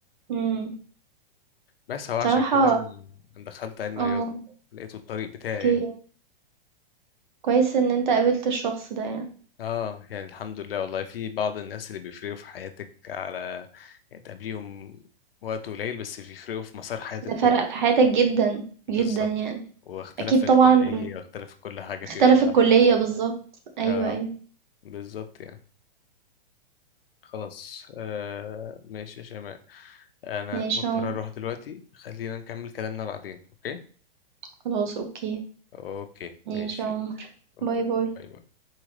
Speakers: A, on the right; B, on the left.
A: إمم،
B: بس هو عشان
A: بصراحة
B: كده انا أنا دخلت علم
A: آه،
B: الرياضه
A: آه،
B: لقيته الطريق بتاعي
A: أوكي،
B: يعني
A: كويس إن أنت قابلت الشخص ده يعني،
B: اه يعني الحمد لله والله في بعض الناس اللي بيفرقوا في حياتك على يعني تقابليهم وقت قليل بس بيفرقوا في مسار حياتك
A: ده
B: كله
A: فرَق في حياتك جدًا،
B: بالظبط
A: جدًا يعني،
B: واختلف
A: أكيد
B: في
A: طبعًا
B: الكلية واختلف في كل حاجة
A: اختلف
B: فيما بعد
A: الكلية بالضبط، أيوه،
B: اه
A: أيوه،
B: بالظبط يعني خلاص آه ماشي يا شيماء انا
A: ماشي
B: مضطر
A: يا عمر،
B: اروح دلوقتي خلينا نكمل كلامنا بعدين اوكي
A: خلاص أوكي،
B: اوكي
A: ماشي
B: ماشي
A: يا عمر،
B: اوكي
A: باي، باي.
B: باي باي